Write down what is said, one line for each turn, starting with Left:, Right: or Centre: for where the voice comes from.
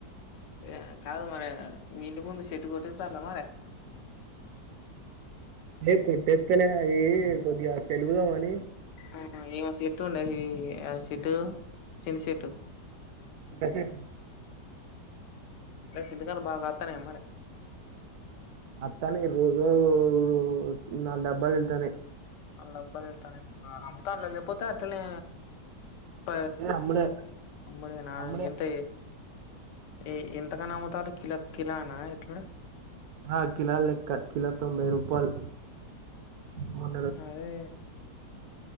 Left: ఏ కాదు మరి మీ ఇంటి ముందు చెట్టు కొట్టే చాల మరి
Right: ఏ కొట్టేల ఈ కొద్దిగా సెలుగుదామాని
Left: ఆ ఏమ చెట్టు ఉండ ఆ చెట్టు చిన్న చెట్టు
Right: ఇంతసేపు
Left: ఆ చింతకాయలు బాగా కతనాయ మరి
Right: అత్తానే రోజు ఊరు నాలుగు డబ్బాలు వెళ్తానే
Left: డబ్బాలు లేతనే అంతా అలా లేకపోతే అట్నే ప
Right: అమ్ముడే
Left: అమ్ముడినా
Right: అమ్ముడే
Left: ఎంత ఎ ఎం ఎత్తక నా అమ్ముతారు కిలా కిలా ఎట్లనే
Right: హ కిలా లక్క కిలా తొంబై రూపాల్ మ
Left: సరే